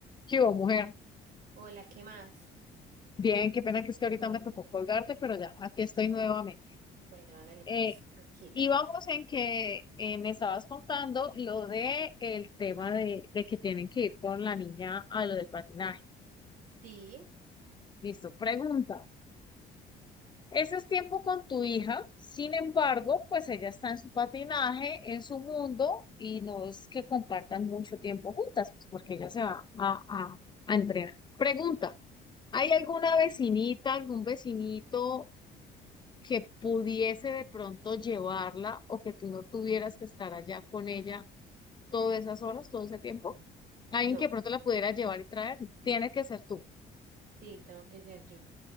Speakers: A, on the left; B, on the right.
A: ¿Qué hubo, mujer?
B: Hola, ¿qué más?
A: Bien, qué pena que es que ahorita
B: Bien.
A: me tocó colgarte, pero ya, aquí estoy nuevamente.
B: Bueno, hágale pues,
A: Eh,
B: tranquila.
A: íbamos en que eh, me estabas contando lo de el tema de, de que tienen que ir con la niña a lo del patinaje.
B: Sí,
A: Listo, pregunta. Ese es tiempo con tu hija, sin embargo, pues ella está en su patinaje, en su mundo, y no es que compartan mucho tiempo juntas, pues, porque ella se va a, a, a entrenar. Pregunta, ¿hay alguna vecinita, algún vecinito? que pudiese de pronto llevarla o que tú no tuvieras que estar allá con ella todas esas horas, todo ese tiempo. Alguien
B: no,
A: que de pronto la pudiera llevar y traer, tiene que ser tú.
B: sí, tengo que ser yo.